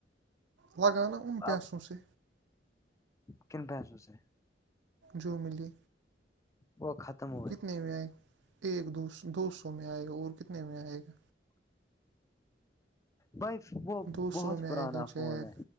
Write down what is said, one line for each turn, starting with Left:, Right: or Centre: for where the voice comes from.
Right: لگانا ان پیسوں
Left: آپ
Right: سے
Left: کن پیسوں سے
Right: جو ملی
Left: وہ ختم
Right: کتنے ہوئے ایک دو دو سو میں آئے گا اور کتنے میں آئے گا
Left: بائی وہ
Right: دو
Left: بہت
Right: سو میں
Left: پرانا
Right: آئے گا
Left: فون
Right: جیک
Left: ہے